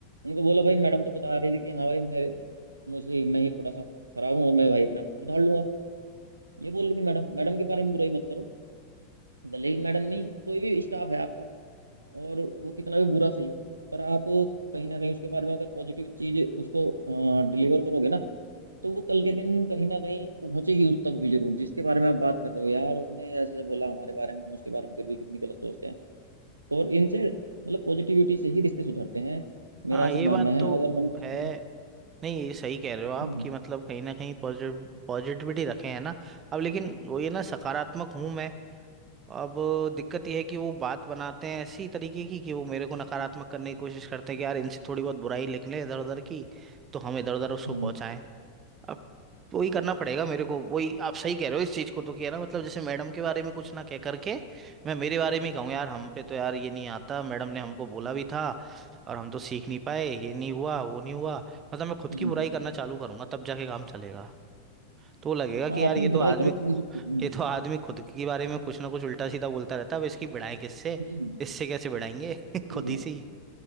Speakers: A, on the right; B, on the right.
A: उनको बोला भाई मैडम तो बता रही थी कि हाँ भाई मेरे मुझे मैं ही थोड़ा सा खराब हूँ और मैं भाई अपने आप को सुधार लूंगा ये बोल रही थी मैडम मैडम के बारे में बुराई मत करो भले ही मैडम नहीं कोई भी स्टाफ है आपका और वो कितना भी बुरा सही पर आप कहीं ना कहीं उसके बारे में अगर पॉजिटिव चीज उसको डिलीवर करोगे ना तो वो कल के दिन कहीं ना कहीं पहुंचेगी उस तक भी जरूर जिसके बारे में आप बात कर रहे हो यार उसने ऐसे बोला हमारे बारे में हम उसके बारे में फिर भी कितनी गलत सोचते हैं और इनसे मतलब पॉजिटिविटी से ही रिश्ते सुधरते हैं मेरा
B: हाँ
A: ऐसा
B: ये बात
A: मानना है
B: तो
A: अगर हम किसी
B: है
A: में
B: नहीं ये सही कह रहे हो आप
A: हम्म
B: कि मतलब कहीं ना कहीं पॉजिटिव पॉजिटिविटी रखे हैं ना अब लेकिन वो ये ना सकारात्मक हूं मैं अब दिक्कत यह है कि वो बात बनाते हैं ऐसी तरीके की कि वो मेरे को नकारात्मक करने की कोशिश करते हैं कि यार इनसे थोड़ी बहुत बुराई लिख लें इधर उधर की तो हम इधर उधर उसको
A: हम्म
B: पहुंचाएं अब वही करना पड़ेगा मेरे को वही आप सही कह रहे हो इस चीज को तो कि है ना मतलब जैसे मैडम के बारे में कुछ ना कह करके मैं मेरे बारे में ही कहूँ यार हम पे तो यार ये नहीं आता मैडम ने हमको बोला भी था और हम तो सीख नहीं पाए ये नहीं हुआ वो नहीं हुआ मतलब मैं खुद
A: हम्म।
B: की बुराई करना चालू करूंगा तब जाके काम चलेगा तो लगेगा कि
A: हाँ
B: यार
A: अपनी
B: ये तो
A: बुराई
B: आदमी
A: करो कोई दिक्कत नहीं
B: ये तो आदमी खुद के बारे में कुछ ना कुछ उल्टा सीधा बोलता रहता है अब इसकी भिड़ाएं किससे
A: हम्म
B: इससे कैसे भिड़ाएंगे <laughs>
A: सही
B: खुद
A: बात
B: ही से ही